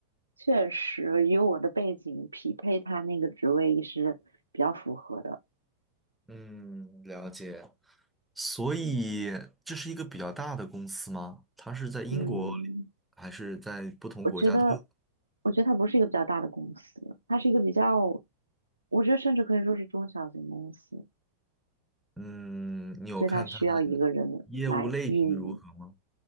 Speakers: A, on the right; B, in the centre.
A: 确实与我的背景匹配，他那个职位是比较符合的。
B: 嗯，了解。所以这是一个比较大的公司吗？它是在英国
A: 嗯，
B: 还是在不同国家都有？
A: 我觉得，我觉得它不是一个比较大的公司，它是一个比较，我觉得甚至可以说是中小型公司。
B: 嗯，你有看它的
A: 所以它需要一个人来运营
B: 业务类型如何吗？